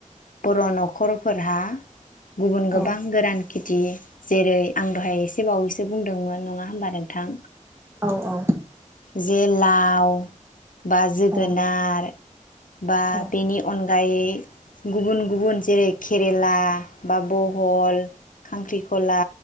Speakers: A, on the left (about 85°); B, on the right (about 20°).
A: बर' न'खरफोरहा गुबुन
B: औ
A: गोबां गोरान खेथि जेरै आं दहाय एसे बावैसो बुंदोंमोन नङा होमबा नोंथां
B: औ-औ
A: जे लाउ बा जोगोनार
B: औ
A: बा
B: औ
A: बेनि अन फाय गुबुन-गुबुन जेरै केरेला बा बहल खांख्रिखला